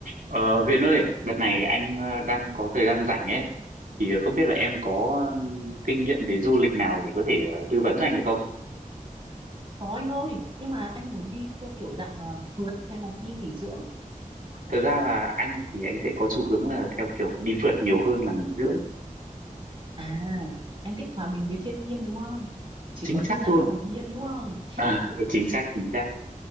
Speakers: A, on the right; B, on the right.
A: Ờ, Huyền ơi, đợt này anh ờ, đang có thời gian rảnh ấy, thì ờ, không biết là em có ừm, kinh nghiệm về du lịch nào để có thể ờ, tư vấn cho anh được không?
B: Có anh ơi, nhưng mà anh muốn đi theo kiểu dạng ờ, phượt hay là đi nghỉ dưỡng?
A: Thật ra là anh thì anh sẽ có xu hướng là theo kiểu đi phượt nhiều hơn là nghỉ dưỡng,
B: À, anh thích hòa bình với thiên nhiên đúng không? Chỉ
A: chính
B: có thư
A: xác
B: giãn
A: luôn.
B: và hồn nhiên đúng không?
A: À, <laughs> chính xác, chính xác.